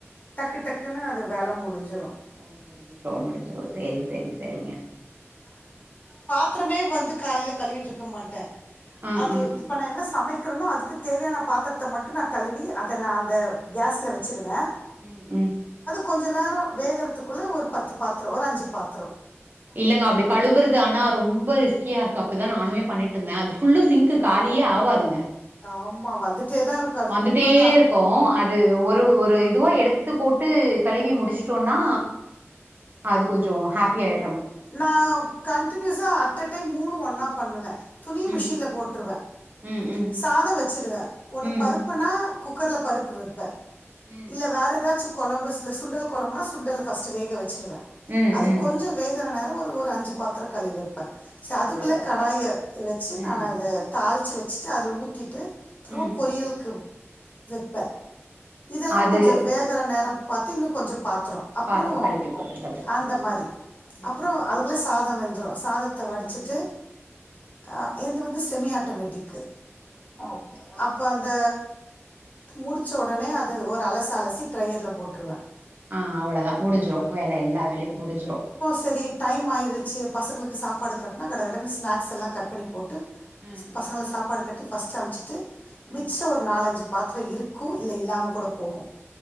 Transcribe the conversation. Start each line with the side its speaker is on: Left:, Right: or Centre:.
Left: டக்கு டக்குன்னு அது வேல முடி ஞ்சுரு
Right: ஓ முடிஞ்சுரு முடிஞ்சுரு சேரி சேரி செரிங்க
Left: பாத்துரமே வந்து காலையில கழுவிட்ருக்க மாட்டே
Right: ஆ
Left: அது
Right: ஆ
Left: இப்ப நா என்ன சமைக் இருக்கரணோ அதுக்கு தேவையான பாத்துரத்த மட்டு நா கழுவி அத நா அந்த கேஸ்ல வெச்சுருவே
Right: உம் உம்
Left: கொஞ்சம் நேரம் வேகறதுக்குள்ள ஒரு பத்து பாத்திரம் ஒரு அஞ்சு பாத்திரம்
Right: இல்லங்க அப்படி கழுவுறது ஆனா ரொம்ப கக்கியா இருக்கு அப்படிதான் நானுமே பண்ணி இருந்தேன் அது பு சிங்க் காலியே ஆகாது
Left: ஆமா வந்துட்டே தா இருக்கு அது
Right: வந்துட்டே
Left: உண்மதா
Right: இருக்கோ அது ஒரு ஒரு இது து எடுத்து போட்டு கழுவி முடிச்சுிட்டோம்னா அது கொஞ்சம் ஹாப்பி ஆய
Left: நான் கண்டினியூஸா அட்ட் டைம் மூணு ஒன்னா பண்ணுவேன் துணிய
Right: ம்
Left: மிஷின்ல போட்டுருவேன்
Right: ம் ம்
Left: சாதம் வச்சடுவேன் உன்னு
Right: ம்
Left: பருப்புனா குக்கரில் பருப்பு வைப்பேன்
Right: ம்
Left: இல்ல வேற ஏதாச்சும் குழம்பு சல சுண்டல் குழம்புன சுண்டல் வேக வச்சு ச்சருவேன்
Right: ம்
Left: அது
Right: ம்
Left: கொஞ்சம் வேக நேரம் ஒரு அஞ்சு பாத்திர கழி வைப்பு அதுக்குள்ள
Right: அதுதா அது
Left: கடாய வச்சு
Right: ம்
Left: நான் தாள வச்ச வச்சுட்டு அது ஊத்திட்டு திரும்ப
Right: ம்
Left: பொரியலுக்கு வெப்ப இதெல்லாம்
Right: அது
Left: கொஞ்சம் வேகற நேரம் பத்தி இன்னும் கொஞ்சம் பாத்திரோம் அப்புறம்
Right: பாத்ரோ கழுவி போட்றது
Left: அந்த
Right: ம்
Left: மாதிரி
Right: ம்
Left: அப்புறம் அதுக்குள்ள ச தம்ந்துரம் சாதத்தை வடிச்சிட்டு
Right: ம்
Left: ஆ எது வந்து செமி ஆட்டோமேட்டிக் ஓகே அ இப்போ அந்த முடிச்ச உடனே அது ஒரு அலச அலசி ட்ரையரில் போட்டுருவேன்
Right: ஆஹ் அவ்வளவுதான் முடிஞ்சிரும் வேலை எல்லா வேலையும் முடிஞ்சிரும்
Left: சரி டைம் ஆயிடுச்சு பசங்களுக்கு சாப்பாடு கட்டினா கட கடன்ன ஸ்நாக்ஸ் எல்லாம் கட் பண்ணி போட்டு
Right: ம்
Left: பசங்களை
Right: ம்
Left: சாப்பாடு கட்டி ஃபர்ஸ்ட் அப்பச்சிட்டு மிச்சம்
Right: ம்
Left: ஒரு நாலஞ்சு பாத்திரம் இருக்கு க்கும் இல்ல இல்லாமல் கூட போகும்